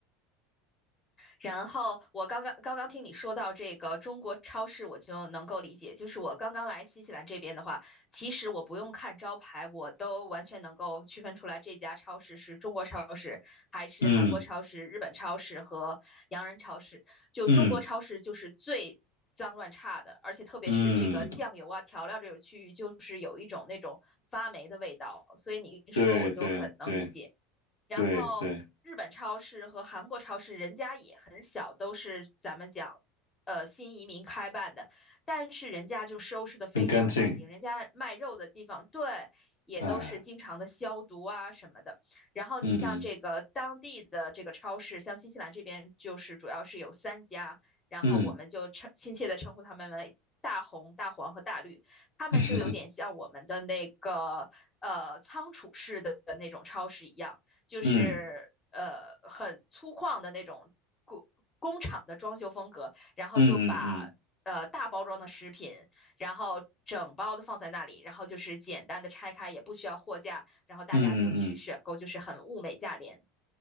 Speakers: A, on the left; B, on the left.
A: 然后我刚刚刚刚听你说到这个中国超市，我就能够理解。就是我刚刚来新西兰这边的话，其实我不用看招牌，我都完全能够区分出来这家超市是中国超市，还是韩国超市、
B: 嗯
A: 日本超市和洋人超市。就中国超市就是最脏乱差的，
B: 嗯
A: 而且特别是这个酱油啊、
B: 嗯，
A: 调料这个区域，就是有一种那种发霉的味道。所以你一说，
B: 对对对
A: 我就很能理解。然后日本超市和韩国超市人家也很小，
B: 对对。
A: 都是咱们讲，呃，新移民开办的，但是人家就收拾的非常干净，
B: 很干净，
A: 人家卖肉的地方，对，也都是经常的消毒啊什么的。
B: 哎，
A: 然后你像这个当地的这个超市，
B: 嗯
A: 像新西兰这边就是主要是有三家，然后我们就称亲切的称呼他们为。
B: 嗯
A: 大红、大黄和大绿，他们就有点像我们的那个呃仓储式的那种超市一样，
B: <laughs>
A: 就是呃很粗犷的那种工工厂的装修风格，
B: 嗯
A: 然后就把呃大包装的食品，
B: 嗯嗯嗯
A: 然后整包的放在那里，然后就是简单的拆开，也不需要货架，然后大家就去选购，
B: 嗯嗯嗯，
A: 就是很物美价廉。